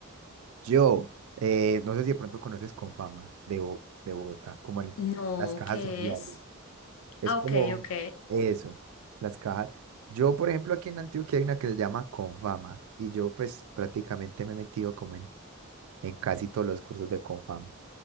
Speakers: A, on the right; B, on the left.
A: Yo, eh, no sé si de pronto conoces Confama de, Bo- de Bogotá, como en
B: No,
A: las cajas
B: ¿qué
A: sociales.
B: es?
A: Es
B: Ah,
A: como
B: ok, ok.
A: eso, las cajas. Yo, por ejemplo, aquí en Antioquia hay una que se llama Confama y yo pues prácticamente me he metido como en, en casi todos los cursos de Confama.